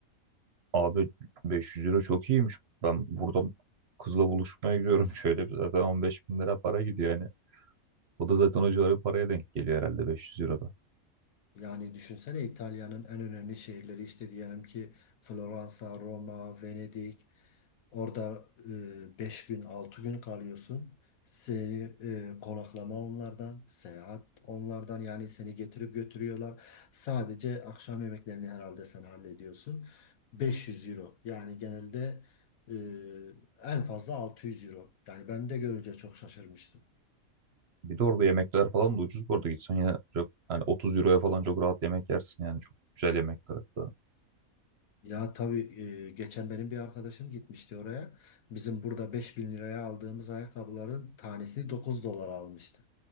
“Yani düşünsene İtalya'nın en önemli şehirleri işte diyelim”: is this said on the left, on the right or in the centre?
Left